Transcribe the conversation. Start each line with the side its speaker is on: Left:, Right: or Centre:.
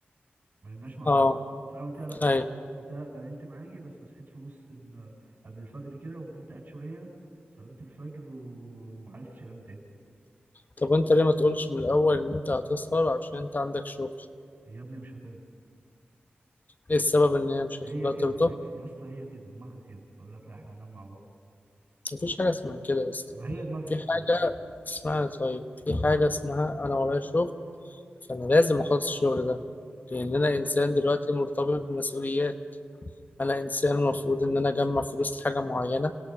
Right: ما نمناش مع
Left: أه
Right: بعض فانا قلت لها لا
Left: أيوه
Right: قلت لها لا ده نمت معاكي بس صحيت في نص ال... قبل الفجر كده وفضلت قاعد شويه صليت الفجر و... ومعرفتش انام تاني
Left: طب أنت ليه ما تقولش من الأول إن أنت هتسهر عشان أنت عندك شغل
Right: يا ابني مش هترضى
Left: إيه السبب إن هي مش
Right: هي
Left: هتخليها
Right: كده
Left: ترضى
Right: يا اسطى هي كده دماغها كده تقول لك لا احنا هننام مع بعض
Left: مفيش حاجة اسمها كده أصلا
Right: ما هي دماغها
Left: في
Right: كده
Left: حاجة
Right: بس
Left: اسمها طيب في حاجة اسمها أنا ورايا شغل فأنا لازم أخلص الشغل ده لأن
Right: بقول
Left: أنا إنسان
Right: لها
Left: دلوقتي مرتبط بمسؤوليات انا انسان المفروض ان انا اجمع فلوس لحاجه معينه